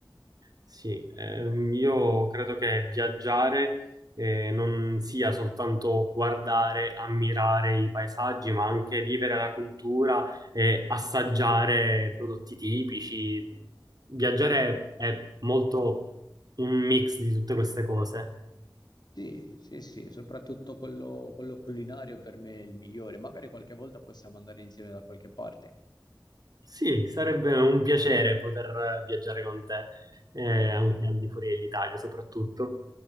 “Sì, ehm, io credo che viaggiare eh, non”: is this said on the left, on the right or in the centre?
Right